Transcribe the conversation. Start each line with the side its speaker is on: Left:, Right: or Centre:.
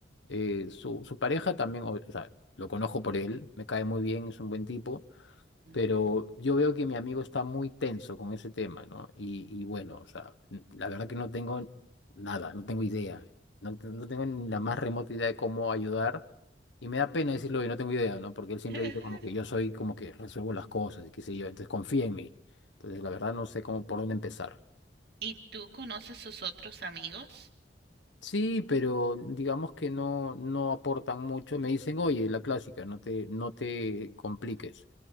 Left: Eh, su, su pareja también, o, o sea, lo conozco por él, me cae muy bien, es un buen tipo,
Right: ujú.
Left: pero yo veo que mi amigo está muy tenso con ese tema, ¿no? Y, y bueno, o sea, n- la verdad que no tengo nada, no tengo idea, no, te- no tengo ni la más remota idea de cómo ayudar. Y me da pena decirlo y no tengo idea, ¿no? Porque él siempre
Right: <laughs>
Left: dice como que yo soy como que resuelvo las cosas y qué sé yo, entonces confía en mí. Entonces, la verdad no sé cómo por dónde empezar.
Right: ¿Y tú conoces sus otros amigos?
Left: Sí, pero digamos que no, no aportan mucho. Me dicen, oye, la clásica, no te, no te compliques.